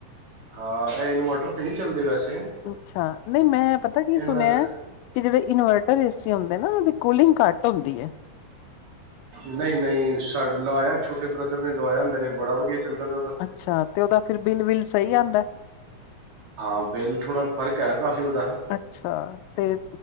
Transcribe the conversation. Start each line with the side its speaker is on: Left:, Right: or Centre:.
Right: ਹਾਂ, ਇਹ ਇਨਵਰਟਰ ਤੇ ਨਹੀਂ ਚੱਲਦੇ ਵੈਸੇ
Left: ਅੱਛਾ, ਨਹੀਂ ਮੈਂ ਪਤਾ
Right: ਇਹਨਾਂ
Left: ਕੀ ਸੁਣਿਆ
Right: ਦਾ
Left: ਕਿ ਜਿਹੜੇ ਇਨਵਰਟਰ ਏ ਸੀ ਹੁੰਦੇ ਨਾ, ਉਹ ਦੀ ਕੂਲਿੰਗ ਘੱਟ ਹੁੰਦੀ ਹੈ।
Right: ਨਹੀਂ -ਨਹੀਂ ਸਾ ਲਵਾਇਆ ਛੋਟੇ ਬ੍ਰਦਰ ਨੇ ਲਵਾਇਆ ਮੇਰੇ ਬੜਾ ਵਧੀਆ ਚੱਲਦਾ ਪਿਆ ਤੇ
Left: ਅੱਛਾ, ਤੇ ਉਹਦਾ ਫਿਰ ਬਿੱਲ -ਬਿੱਲ ਸਹੀ ਆਉਂਦਾ।
Right: ਹਾਂ ਬਿੱਲ ਥੋੜ੍ਹਾ ਫ਼ਰਕ ਹੈ ਕਾਫ਼ੀ ਉਹਦਾ
Left: ਅੱਛਾ, ਤੇ